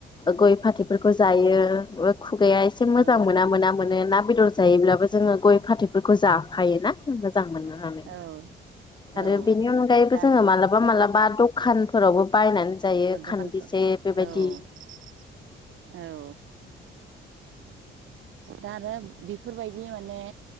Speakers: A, on the left (about 20°); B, on the right (about 80°).
A: गय फाथैफोरखौ जायो ओ खुगाया एसे मोजां
B: औ
A: मोना मोना मोने ना बेदर जायोब्लाबो जोङो गय फाथैफोरखौ जाफायोना होनबा जां मोननो हानाय
B: औ औ
A: आरो बेनि अनगायैबो
B: दा
A: जोङो मालाबा मालाबा बा दखानफोरावबो बायनानै जायो
B: औ दखानफ्राव
A: खान्दिसे बेबायदि
B: औ औ दा आरो बेफोरबायदि माने